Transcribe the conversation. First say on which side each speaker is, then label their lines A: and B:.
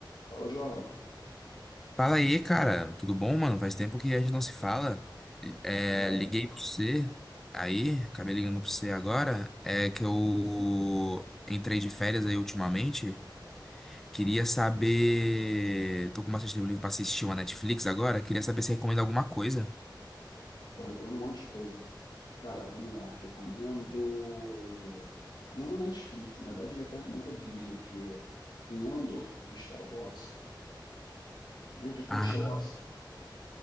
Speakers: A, on the left (about 60°); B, in the centre.
A: Fala, João.
B: Fala aí, cara. Tudo bom, mano? Faz tempo que a gente não se fala. É,
A: Pois é,
B: liguei pra você aí, acabei ligando pra você agora. É que eu entrei de férias aí ultimamente. Queria saber. Tô com bastante tempo livre pra assistir uma Netflix agora. Queria saber se recomenda alguma coisa.
A: pô, recomendo um monte de coisa. Cara, vamos lá. Recomendo. É não na Netflix, na verdade, eu ia falar recomendo a Disney, que tem Andor do Star Wars. Tu curte, curte
B: Ah,
A: Star Wars?